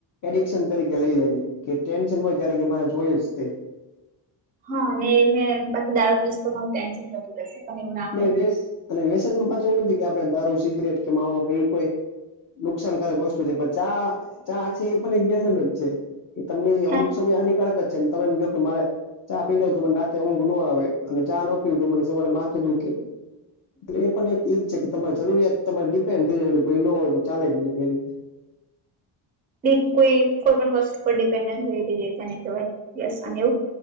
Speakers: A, on the left (about 45°); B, on the right (about 20°).
A: એડિકશન તરીકે લઈ લે છે કે ટેન્શન હોય ત્યારે કે મારે જોય જ તે.
B: હા ને મેં બાકી દારુ પીસ તો મારું ટેન્શન જતું રહેશે પણ એવું ના
A: ને
B: હોય
A: વ્યસ અને વ્યસનમાં પાછા એવું નથી કે આપડે દારૂ, સિગરેટ કે માવો કે એ કોઈ નુકસાનકારક વસ્તુ છે. પણ ચા ચા છે એ પણ એક વ્યસન જ છે. કે તમને એ અમુક
B: હા
A: સમય હાનિકારક જ જેમ તમે એમ કયો કે મારે ચા પી લઉ તો મને રાતે ઊંઘ ન આવે. અને ચા ન પીવું તો મને તો મને માથું દુખે. એટલે એ પણ એક એક છે કે તમારે જરૂરિયાત તમારે ડિપેન્ડ થઈ જાયને કોઈ ન હોય તો ચાલે જ નઈ એ રીતે.
B: એટલે કોઈ કોઈ પણ વસ્તુ પર ડિપેન્ડ નથી હોય કે તેને કેહેવાય વ્યસન એવું.